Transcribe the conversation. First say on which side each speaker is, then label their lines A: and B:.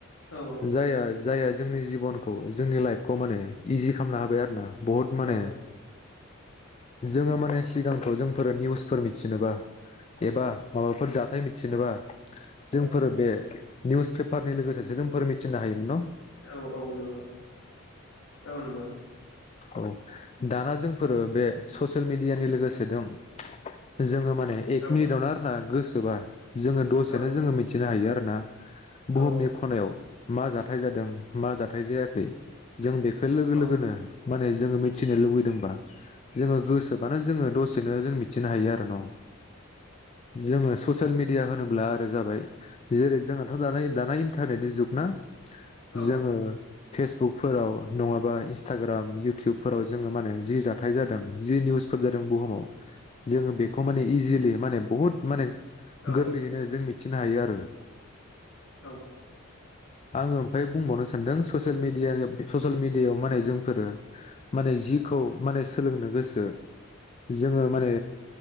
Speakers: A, on the left; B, on the left.
A: औ
B: जाया। जायहा जोंनि जिबनखौ जोंनि लाइफखौ माने इजि खालामनो हाबाय आरो। ना बहुत माने।
A: औ
B: जोङो माने सिगांखौ जोंफोरो निउसफोर मिथिनोबा। एबा माबाफोर जाथाय मिथ जेनोबा। जोंफोरो
A: औ
B: बे निउस पेपारनि लोगोसेसो जोंफोर मिथिनो हायोमोन न'‌?
A: औ औ नंगौ औ नंगौ।
B: औ दाना जोंफोरो बे ससियेल मिडियानि लोगोसे दं जोङो माने एक
A: औ
B: मिनिटावनो आरोना गो सोबा जोङो दसेनो
A: औ
B: जोङो मिथिनो हायो आरो ना। बुहुमनि
A: औ
B: खनायाव‌ मा जाथाय जों मा जाथाय जायाखै जों बेखौ लोगो
A: औ
B: लोगोनो माने जोङो मिथिनो लुुबैदोंबा जोङो गोसोबानो जोङो दसेनो जों मिथिनो हायो आरो न'? जोङो ससियेल मिडिया होनोब्ला आरो जाबाय जेरै जोंनाथ' दाना दाना इन्टारनेटनि जुग ना
A: औ
B: जोङो फेसबुकफोराव नङाबा इन्सटाग्राम इउटुबफोराव जोङो मा होनो जि जाथाय जादों जि निउसफोर जादों बुहुमाव जोङो बेखौ माने इजिलि माने बुहुत माने
A: औ
B: गोरलैयैनो जों मि थिनो हायो आरो।
A: औ।
B: आङो बुंबावनो सानदों ससियेल मिडियानियाव बे फ ससियेल मिडियायाव माने जोंफोरो माने जिखौ माने सोलोंनो गोसो जोङो माने